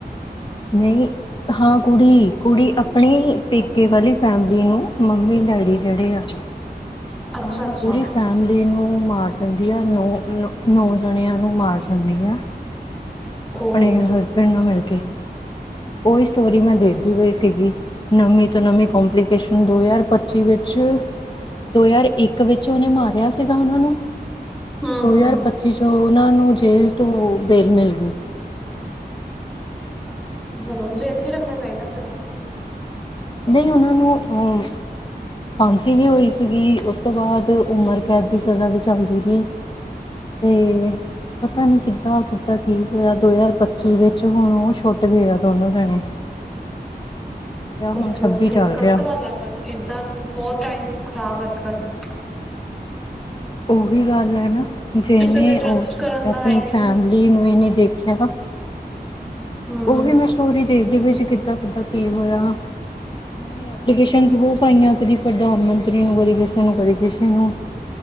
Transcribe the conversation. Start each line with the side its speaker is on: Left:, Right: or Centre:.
Left: ਨਹੀਂ ਹਾਂ, ਕੁੜੀ-ਕੁੜੀ ਆਪਣੀ ਪੇਕੇ ਵਾਲੀ ਫੈਮਿਲੀ ਨੂੰ ਮੰਮੀ-ਡੈਡੀ ਜਿਹੜੇ ਆ।
Centre: ਅੱਛਾ
Left: ਉਹਨਾਂ
Centre: ਅੱਛਾ
Left: ਨੂੰ ਪੂਰੀ ਫੈਮਲੀ ਨੂੰ ਮਾਰ ਡੰਡੇ ਆ। ਨੌ-ਨੌ ਜਣਿਆਂ ਨੂੰ ਮਾਰ ਡੰਡੇ ਆ।
Centre: ਉਹ
Left: ਆਪਣੇ ਹ ਨੂੰ ਮਿਲ ਕੇ ਉਹੀ ਸਟੋਰੀ ਮੈਂ ਦੇਖਦੀ ਹੋਈ ਸੀਗੀ। ਨਵੀਂ ਤੋਂ ਨਵੀਂ ਕਪਲੀਕੇਸ਼ਨ। ਦੋ ਹਜ਼ਾਰ ਪੱਚੀ ਵਿੱਚ ਦੋ ਹਜ਼ਾਰ ਇੱਕ ਵਿੱਚ ਉਹਨੇ ਮਾਰਿਆ ਸੀਗਾ ।ਉਹਨਾਂ ਨੂੰ,
Centre: ਹਮ
Left: ਦੋ
Centre: ਹਮ
Left: ਹਜ਼ਾਰ, ਪੱਚੀ ਚ ਉਹਨਾਂ ਨੂੰ ਜੇਲ੍ਹ ਤੋਂ ਬੇਲ ਮਿਲ ਗਈ।
Centre: ਜੇਲ ਚ ਹੀ ਰੱਖਣਾ ਚਾਹੀਦਾ। ਉਦੋਂ
Left: ਨਹੀਂ। ਉਹਨਾਂ ਨੂੰ ਫਾਂਸੀ ਵੀ ਹੋਈ ਸੀਗੀ। ਉਸ ਤੋਂ ਬਾਅਦ ਉਮਰ ਕੈਦ ਦੀ ਸਜ਼ਾ ਵੀ ਚੱਲਦੀ ਰਹੀ। ਤੇ ਪਤਾ ਨਹੀਂ ਕਿੱਦਾਂ-ਕਿੱਦਾਂ ਕੀ ਹੋਇਆ ਦੋ ਹਜ਼ਾਰ ਪੱਚੀ ਵਿੱਚ ਹੁਣ ਉਹ ਛੁੱਟ ਗ ਗਿਆ ਦੋਨੋਂ ਜਣੇ। ਅਤੇ ਆਹ
Centre: ਓਕੇ-ਓਕੇ,
Left: ਹੁਣ ਛੱਬੀ ਚੱਲ
Centre: ਗ਼ਲਤ
Left: ਰਿਹਾ
Centre: ਗੱਲ ਹੈ ਪਰ, ਏਦਾਂ ਬਹੁਤ ਟਾਈਮ ਖਰਾਬ ਅੱਜ ਕੱਲ੍ਹ ਦਾ
Left: ਉਹੀ ਗੱਲ ਹੈ ਨਾ ਜਿਹਨੇ
Centre: ਕਿਸੇ ਤੇ ਟਰਸਟ
Left: ਉਸ
Centre: ਕਰਨ
Left: ਟਾਈਮ ' ਤੇ
Centre: ਦਾ
Left: ਆਪਣੀ
Centre: ਹੈ ਹੀ ਨਹੀਂ
Left: ਫੈਮਿਲੀ
Centre: ਆ
Left: ਨੂੰ ਇਹਨੇ ਦੇਖਿਆ ਨਾ
Centre: ਹਮ
Left: ਉਹਹੀ ਮੈਂ ਸਟੋਰੀ ਦੇਖਦੀ ਪਈ ਸੀ, ਕਿੱਦਾਂ ਕਿੱਦਾਂ ਕੀ ਹੋਇਆ। ਉਹਨਾਂ ਨੇ ਐਪਲੀਕੇਸ਼ਨਸ ਬਹੁ ਪਾਈਆਂ, ਕਦੀ ਪ੍ਰਧਾਨ ਮੰਤਰੀ ਨੂੰ, ਕਦੀ ਕਿਸੇ ਨੂੰ, ਕਦੀ ਕਿਸੇ ਨੂੰ।